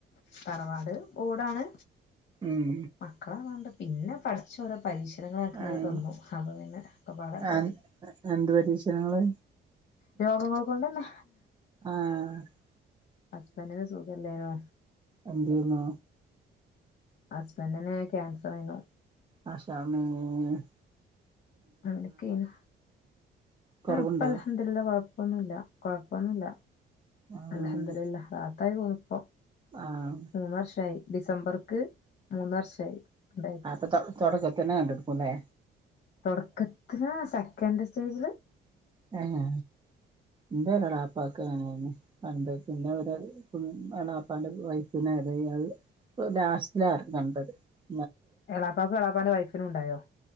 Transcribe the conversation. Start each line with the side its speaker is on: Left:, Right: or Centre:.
Left: തറവാട് ഓടാണ്.
Right: ഉം
Left: മക്കളാ വേണ്ടെത് പിന്നെ പടച്ചോറബ് പരീക്ഷണങ്ങളെയൊക്കെ ഇങ്ങനെ
Right: ആഹ്
Left: തന്നു. അപ്പൊപ്പിന്നെ ഒക്കെപ്പാടതായി
Right: ആഹ് എന്ത് പരീക്ഷണങ്ങള്?
Left: രോഗങ്ങൾ കൊണ്ടന്നെ.
Right: ആഹ്
Left: ഹസ്ബൻഡിന് സുഖല്ലേനു
Right: എന്തെയ്യുന്നു
Left: ഹസ്ബൻഡിന് ക്യാൻസറേനു
Right: മാഷാ ആമീൻ
Left: അനക്കേനു
Right: കൊറവുണ്ടോ
Left: ആ ഇപ്പൊ അൽഹംദുലില്ലാഹ് കൊഴ ഇപ്പൊന്നുല്ല കൊഴപ്പൊന്നുല്ല
Right: ആഹ്
Left: അൽഹംദുലില്ലാഹ് റാ <unintelligible> പോന്നപ്പം
Right: ആഹ്
Left: മൂന്ന് വർഷായി. ഡിസംബർക്ക് മൂന്ന് വർഷായി ഉണ്ടായിട്ട്
Right: ആപ്പ ചെക് ചേട്ടൻ ചെക്കനേ കണ്ടുള്ളു. <inaudible> തന്നേ?
Left: തൊടക്കത്തില് സെക്കന്റ്‌ സ് റ്റേജില്
Right: ഏഹ്? ഇന്റെയൊരേളാപ്പാക്ക് അങ്ങനെയേര്ന്നു. എന്റെ ഇന്നേവരെ എളാപ്പാന്റെ വൈഫിന് അറിയ. ലാസ്റ്റിലാ അറിഞ്ഞ എന്റത്. <unintelligible>
Left: എളാപ്പാക്കും എളാപ്പാന്റെ വൈഫിനു ഇണ്ടായോ?